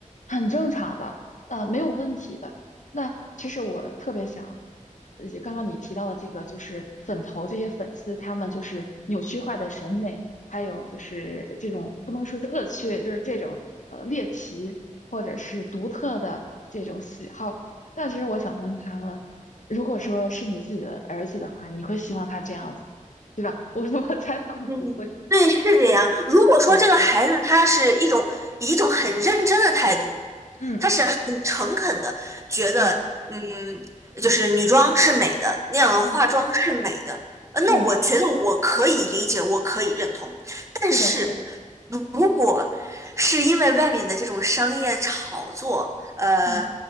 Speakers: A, on the left; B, on the right.
A: 很正常的，呃，没有问题的。那其实我特别想，呃，刚刚你提到的这个，就是粉头这些粉丝，他们就是扭曲化的审美，还有就是这种不能说是恶趣味，就是这种呃猎奇或者是独特的这种喜好。那其实我想问他们，如果说是你自己的儿子的话，你会希望他这样子，对吧？<laughs> 我我猜他们不会。
B: 嗯，对，是这样。如果说这个孩子他是一种以一种很认真的态度
A: 嗯嗯
B: 很诚恳的觉得，
A: 嗯
B: 嗯，就是女装是美的，那样的化妆是美的，
A: 嗯
B: 呃，那我觉得我可以理解，
A: 嗯，
B: 我可以认同。但是
A: 是的，是的，
B: 如果是因为外面的这种商业炒作，呃
A: 嗯